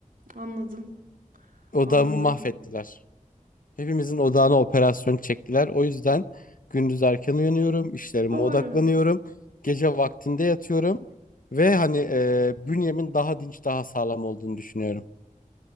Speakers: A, on the right; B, on the left.
A: Anladım,
B: Odağımı
A: anladım.
B: mahvettiler. Hepimizin odağına operasyon çektiler. O yüzden gündüz erken uyanıyorum, işlerime
A: Doğru.
B: odaklanıyorum. Gece vaktinde yatıyorum ve hani e, bünyemin daha dinç, daha sağlam olduğunu düşünüyorum.